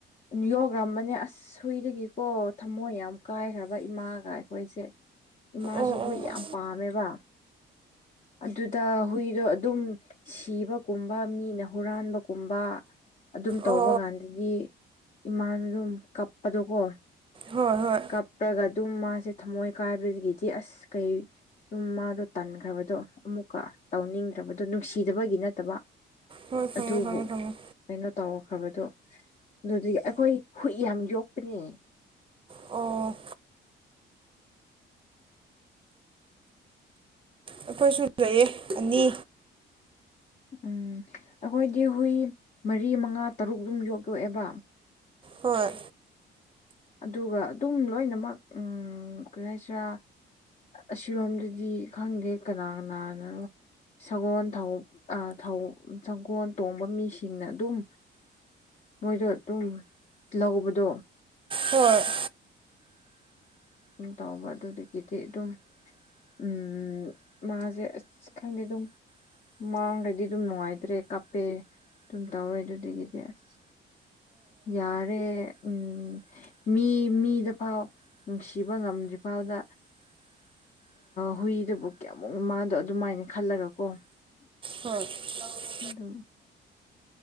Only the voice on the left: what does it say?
ꯌꯣꯈ꯭ꯔꯝꯕꯅꯦ ꯑꯁ ꯁꯣꯏꯗꯒꯤꯀꯣ ꯊꯝꯃꯣꯏ ꯌꯥꯝ ꯀꯥꯏꯈ꯭ꯔꯕ ꯏꯃꯥꯒ ꯑꯩꯈꯣꯏꯁꯦ ꯏꯃꯥꯁꯨ
ꯍꯨꯏ ꯌꯥꯝ ꯄꯥꯝꯃꯦꯕ ꯑꯗꯨꯗ ꯍꯨꯏꯗꯣ ꯑꯗꯨꯝ ꯁꯤꯕꯒꯨꯝꯕ ꯃꯤꯅ ꯍꯨꯔꯥꯟꯕꯒꯨꯝꯕ ꯑꯗꯨꯝ ꯇꯧꯕ
ꯀꯥꯟꯗꯗꯤ ꯏꯃꯥꯅ ꯑꯗꯨꯝ ꯀꯞꯄꯗꯣꯀꯣ
ꯀꯥꯞꯄ꯭ꯔꯒ ꯑꯗꯨꯝ ꯃꯥꯁꯦ ꯊꯝꯃꯣꯏ ꯀꯥꯏꯕꯗꯒꯤꯗꯤ ꯑꯁ ꯀꯩ ꯑꯗꯨꯝ ꯃꯥꯗꯣ ꯇꯟꯈ꯭ꯔꯕꯗꯣ ꯑꯃꯨꯛꯀ ꯇꯧꯅꯤꯡꯗ꯭ꯔꯕꯗꯣ ꯅꯨꯡꯁꯤꯗꯕꯒꯤ ꯅꯠꯇꯕ
ꯑꯗꯨꯕꯨ
ꯀꯩꯅꯣ ꯇꯧꯈ꯭ꯔꯕꯗꯣ ꯑꯗꯨꯗꯤ ꯑꯩꯈꯣꯏ ꯍꯨꯏ ꯌꯥꯝ ꯌꯣꯛꯄꯅꯦ
ꯎꯝ ꯑꯩꯈꯣꯏꯗꯤ ꯍꯨꯏ ꯃꯔꯤ ꯃꯉꯥ ꯇꯔꯨꯛ ꯑꯗꯨꯝ ꯌꯣꯛꯂꯣꯛꯑꯦꯕ
ꯑꯗꯨꯒ ꯑꯗꯨꯝ ꯂꯣꯏꯅꯃꯛ ꯎꯝ ꯀꯔꯤ ꯍꯥꯏꯁꯤꯔꯥ ꯑꯁꯤꯔꯣꯝꯗꯗꯤ ꯈꯪꯗꯦ ꯀꯅꯥ ꯀꯅꯥꯅꯅꯣ꯫ ꯁꯒꯣꯜ ꯊꯧ ꯑꯥ ꯊꯧ ꯁꯒꯣꯜ ꯇꯣꯡꯕ ꯃꯤꯁꯤꯡꯅ ꯑꯗꯨꯝ ꯃꯣꯏꯗꯣ ꯑꯗꯨꯝ ꯂꯧꯕꯗꯣ
ꯇꯧꯕ ꯑꯗꯨꯗꯒꯤꯗꯤ ꯑꯗꯨꯝ ꯎ ꯃꯥꯁꯦ ꯑꯁ ꯈꯪꯗꯦ ꯑꯗꯨꯝ ꯃꯥꯡꯗꯗꯤ ꯑꯗꯨꯝ ꯅꯨꯡꯉꯥꯏꯇ꯭ꯔꯦ ꯀꯞꯄꯦ ꯑꯗꯨꯝ ꯇꯧꯋꯦ ꯑꯗꯨꯗꯒꯤꯗꯤ ꯑꯁ ꯌꯥꯔꯦ ꯎꯝ ꯃꯤ ꯃꯤꯗ ꯐꯥꯎ ꯅꯨꯡꯁꯤꯕ ꯉꯝꯗ꯭ꯔꯤꯐꯥꯎꯗ ꯍꯨꯏꯗꯨꯕꯨ ꯀꯌꯥꯃꯨꯛ ꯃꯥꯗꯣ ꯑꯗꯨꯃꯥꯏꯅ ꯈꯜꯂꯒꯀꯣ
ꯑꯗꯨꯝ